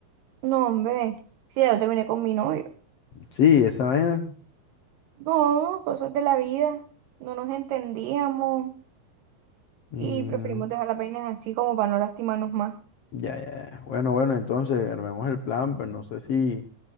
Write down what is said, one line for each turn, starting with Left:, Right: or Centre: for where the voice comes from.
Right: No, hombre, sí, ya yo terminé con mi novio.
Left: Sí, esa vaina.
Right: No, cosas de la vida. No nos entendíamos
Left: mm,
Right: y preferimos dejar las vainas así como para no lastimarnos más.
Left: ya, ya. ya. Bueno, bueno, entonces armemos el plan, pero no sé si,